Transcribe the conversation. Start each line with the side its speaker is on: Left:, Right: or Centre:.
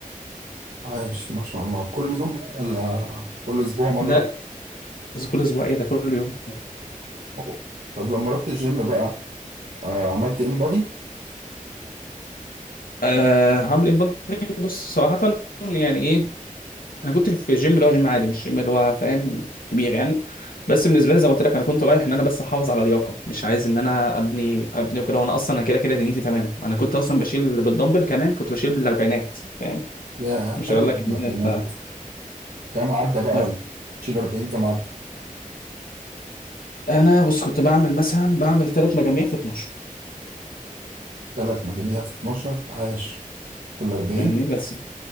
Right: عايش ما شاء الله كل يوم بقى ولا كل اسبوع مرة
Left: ده كل أسبوع إيه ده كل يوم
Right: أوه. طب لما رحت الجيم بقى آه، عملت ان بودي
Left: أه هعمل إيه بقى؟ بص صراحة يعني إيه انا كنت في جيم اللي هو جيم عادي مش جيم اللي هو فاهم كبير يعني بس بالنسبه لي زي ما قلت لك انا كنت رايح ان انا بس احافظ على اللياقه مش عايز ان انا ابني ابني وكده وانا اصلا انا كده كده دنيتي تمام انا كنت اصلا بشيل بالدمبل كمان كنت بشيل بالاربعينات فاهم
Right: ياه
Left: مش
Right: حلو
Left: هقول لك ان
Right: البنات
Left: انا ف...
Right: كام عدى بقى
Left: بس
Right: شيل 40 كام عدى
Left: انا بص كنت بعمل مثلا بعمل ثلاث مجاميع في 12
Right: ثلاث مجاميع في 12 عاش في ال 40
Left: فاهمني بس